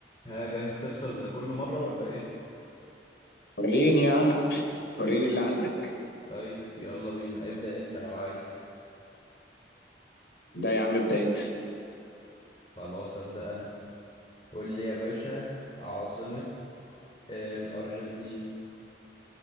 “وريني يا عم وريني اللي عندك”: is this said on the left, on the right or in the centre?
Left